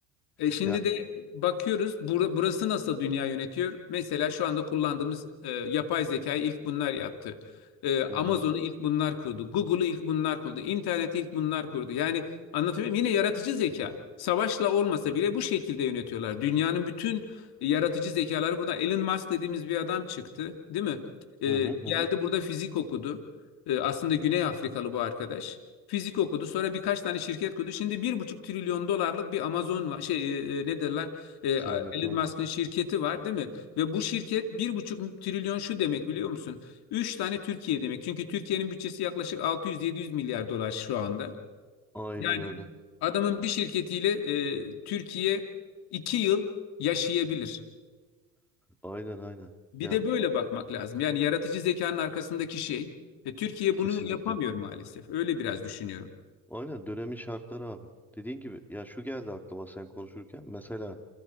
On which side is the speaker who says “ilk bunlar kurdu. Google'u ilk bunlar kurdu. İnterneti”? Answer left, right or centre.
Left